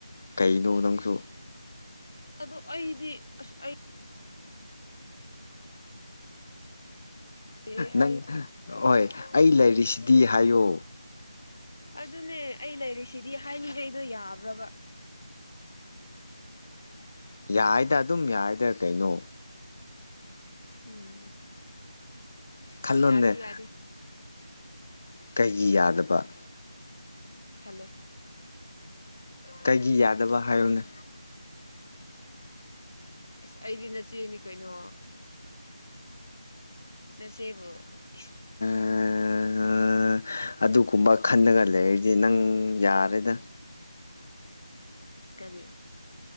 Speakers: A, on the left (about 25°); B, on the left (about 50°).
A: ꯀꯩꯅꯣ ꯅꯪꯁꯨ
B: ꯑꯗꯣ ꯑꯩꯗꯤ ꯑꯁ ꯑꯩ ꯂꯩꯔꯤ ꯍꯥꯏ
A: ꯅꯪ ꯑꯣꯏ ꯑꯩ ꯂꯩꯔꯤꯁꯤꯗꯤ ꯍꯥꯏꯌꯣ
B: ꯑꯗꯨꯅꯦ ꯑꯩ ꯂꯩꯔꯤꯁꯤꯗꯤ ꯍꯥꯏꯅꯤꯉꯩꯗꯣ ꯌꯥꯕ꯭ꯔꯕꯥ <unintelligible>
A: ꯌꯥꯏꯗ ꯑꯗꯨꯝ ꯌꯥꯏꯗ ꯀꯩꯅꯣ
B: ꯎꯝ
A: ꯈꯜꯂꯣꯅꯦ
B: ꯌꯥꯗꯤ ꯌꯥꯗꯦ
A: ꯀꯩꯒꯤ ꯌꯥꯗꯕ
B: ꯊꯜꯂꯦ
A: ꯀꯩꯒꯤ ꯌꯥꯗꯕ ꯍꯥꯏꯌꯨꯟ
B: ꯑꯁ ꯑꯩꯗꯤ ꯅꯆꯦꯅꯤ ꯀꯩꯅꯣ ꯅꯆ‌ꯦꯕꯨ ꯏꯁ
A: ꯑ ꯑꯗꯨꯒꯨꯝꯕ ꯈꯟꯂꯒ ꯂꯩꯔꯗꯤ ꯅꯪ ꯌꯥꯔꯦꯗ
B: ꯀꯔꯤ